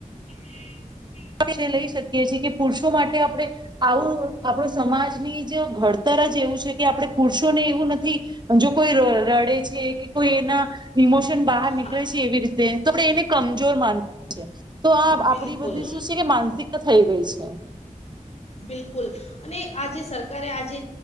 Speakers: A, on the left; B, on the right.
A: <unintelligible>
B: આપ એ લઈ શકીએ છીએ કે પુરુષો માટે આપણે આવું આપણો સમાજની જ ઘડતર જ એવું છે કે આપણે પુરુષોને એવું નથી. જો કોઈ ર રડે છે કે કોઈ એના. ઇમોશન બહાર નીકળે
A: હા
B: છે એવી રીતે તો આપણેે એને કમજોર માએ છી છે, તો આ આપડી
A: બિલકુલ
B: બધી શું છે કે માનસિક થઈ ગઈ છે.
A: બિલકુલ. અને આ જેે સરકારે આજે